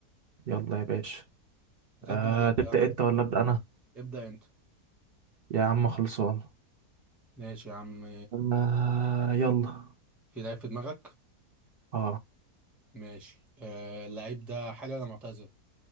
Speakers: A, on the right; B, in the centre.
A: يلا يا باشا
B: هتبدا
A: أه
B: ولا ابدا
A: تبدأ
B: انا
A: انت ولا أبدأ انا
B: ابدا انت
A: يا عم خلصان
B: ماشي يا عم
A: أه يلا
B: في لعيب في دماغك
A: اه
B: ماشي آه اللعيب ده حالي ولا معتزل